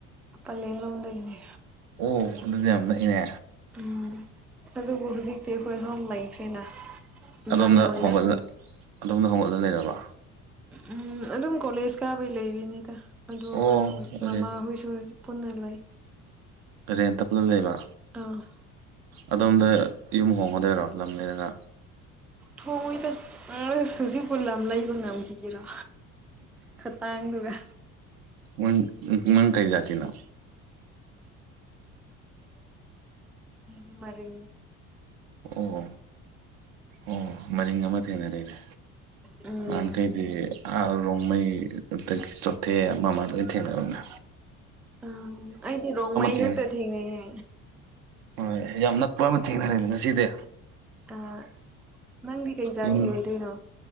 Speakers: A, in the centre; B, on the right.
A: ꯄꯂꯦꯜ ꯂꯣꯝꯗꯒꯤꯅꯦ
B: ꯑꯣ ꯑꯗꯨꯗꯤ ꯌꯥꯝ ꯅꯛꯏꯅꯦ
A: ꯎꯝ ꯑꯗꯨꯕꯨ ꯍꯧꯖꯤꯛꯇꯤ ꯑꯩꯈꯣꯏ ꯁꯣꯝ ꯂꯩꯈ꯭ꯔꯦꯅ ꯏꯝꯐꯥꯜꯗ
B: ꯑꯗꯣꯝꯅ
A: ꯑꯣꯏꯅ
B: ꯍꯣꯡꯒꯠꯂ ꯑꯗꯣꯝꯅ ꯍꯣꯡꯒꯠꯂ ꯂꯩꯔꯕ
A: ꯎꯝ ꯑꯗꯨꯝ ꯀꯣꯂꯦꯖ ꯀꯥꯕꯩ ꯂꯩꯔꯤꯅꯤꯗ ꯑꯗ ꯑꯩꯈꯣꯏ
B: ꯑꯣ ꯑꯗꯨꯗꯤ
A: ꯃꯃꯥꯍꯣꯏꯁꯨ ꯄꯨꯟꯅ ꯂꯩ
B: ꯔꯦꯟꯇ ꯄꯨꯂꯞ ꯂꯩꯕ
A: ꯑꯥ
B: ꯑꯗꯣꯝꯗ ꯌꯨꯝ ꯍꯣꯡꯒꯗꯣꯏꯔꯣ ꯂꯝ ꯂꯩꯔꯒ
A: ꯊꯑꯣꯣꯏꯗ ꯁꯨꯖꯤꯛꯕꯨ ꯂꯝꯂꯝ ꯂꯩꯕ ꯉꯝꯈꯤ ꯔ ꯈꯇꯥꯡꯗꯨꯒ
B: ꯎ ꯃꯪ ꯀꯩꯖꯥꯇꯤ ꯅꯅꯥ
A: ꯎ ꯃꯥꯔꯦ
B: ꯑꯣ ꯑꯣ ꯃꯔꯤꯡ ꯑꯃ ꯊꯦꯡꯅꯔꯅꯦ
A: ꯎꯝ
B: ꯌꯥꯈꯩꯗꯤꯥ ꯔꯣꯡꯃꯩ ꯑꯗꯒꯤ ꯆꯣꯊꯦ ꯑꯃ ꯑꯃ ꯂꯣꯏ ꯊꯦꯡꯔꯅꯦ
A: ꯎꯝ ꯑꯩꯗꯤ ꯔꯣꯡꯃꯩ
B: ꯊꯦꯡꯅꯩ
A: ꯈꯛꯇ ꯊꯦꯡꯅꯩꯌꯦ
B: ꯍꯣꯏ ꯌꯥꯝ ꯅꯛꯄ ꯑꯃ ꯊꯦꯡꯅꯔꯦꯃꯤꯅ ꯁꯤꯗꯤ
A: ꯑ ꯅꯪꯗꯤ ꯀꯩ ꯖꯥꯇꯤ
B: ꯌꯨꯝ
A: ꯑꯣꯏꯗꯣꯏꯅꯣ